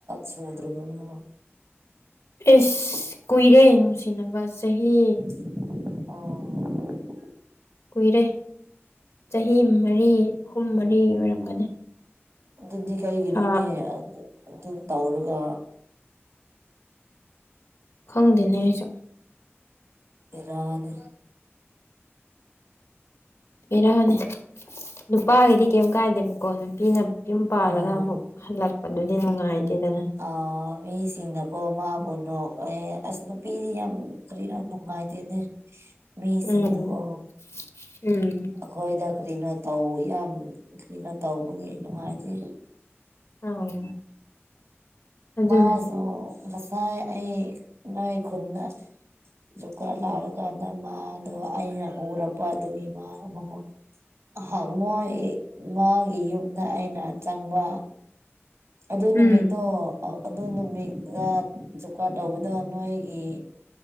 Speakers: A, on the right (about 80°); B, on the left (about 80°).
A: ꯁꯨꯗ꯭ꯔꯕꯅꯣ
B: ꯏꯁ ꯀꯨꯏꯔꯦ ꯅꯨꯡꯁꯤꯅꯕ ꯆꯍꯤ
A: ꯑꯣ
B: ꯀꯨꯏꯔꯦ ꯆꯍꯤ ꯃꯔꯤ ꯑꯍꯨꯝ ꯃꯔꯤ ꯑꯣꯏꯔꯝꯒꯅꯤ
A: ꯑꯗꯨꯗꯤ ꯀꯩꯒꯤꯅꯣꯅꯦ
B: ꯊꯥ
A: ꯑꯥ ꯑꯗꯨꯝ ꯇꯧꯔꯒ
B: ꯈꯪꯗꯦꯅꯦ ꯑꯩꯁꯨ
A: ꯕꯦꯔꯥꯅꯦ
B: ꯕꯦꯔꯥꯅꯤ ꯅꯨꯄꯥꯒꯤꯗꯤ ꯀꯦꯝ ꯀꯥꯏꯗꯦꯕꯀꯣ ꯅꯨꯄꯤꯅ ꯌꯨꯝ ꯄꯥꯜꯂꯒ
A: ꯑꯣ
B: ꯑꯃꯨꯛ ꯍꯜꯂꯛꯄꯗꯨꯗꯤ ꯅꯨꯡꯉꯥꯏꯇꯦꯗꯅ
A: ꯑꯥ ꯃꯤꯁꯤꯡꯅꯀꯣ ꯃꯥꯕꯨ ꯅꯣꯛꯑꯦ ꯑꯁ ꯅꯨ ꯄꯤꯗꯤ ꯌꯥꯝ ꯀꯔꯤꯔ ꯅꯨꯡꯉꯥꯏꯇꯦꯅꯦ ꯃꯤꯁꯤꯡꯅꯀꯣ
B: ꯎꯝ ꯎꯝ
A: ꯑꯈꯣꯏꯗ ꯀꯔꯤꯅꯣ ꯇꯧ ꯌꯥꯝ ꯀꯔꯤꯅꯣ ꯇꯧꯕꯒꯤ ꯅꯨꯡꯉꯥꯏꯇꯦ
B: ꯑꯥꯎ ꯑꯗꯨꯅꯦ
A: ꯃꯥꯖꯨ ꯉꯁꯥꯏ ꯑꯩ ꯅꯣꯏ ꯈꯨꯟꯗ ꯖꯣꯕꯀꯥꯔꯠ ꯂꯥꯛꯔꯀꯥꯟꯗ ꯃꯥꯗꯣ ꯑꯩꯅ ꯎꯔꯛꯄ ꯑꯗꯨꯒꯤ ꯃꯥ ꯃꯉꯣꯟ ꯑꯍꯥ ꯃꯣꯏ ꯃꯥꯒꯤ ꯌꯨꯝꯗ ꯑꯩꯅ ꯆꯪꯕ ꯑꯗꯨ ꯅꯨꯃꯤꯠꯇꯣ
B: ꯎꯝ
A: ꯑꯧ ꯑꯗꯨ ꯅꯨꯃꯤꯠꯗ ꯖꯣꯕꯀꯥꯔꯠ ꯇꯧꯕꯗꯣ ꯅꯣꯏꯒꯤ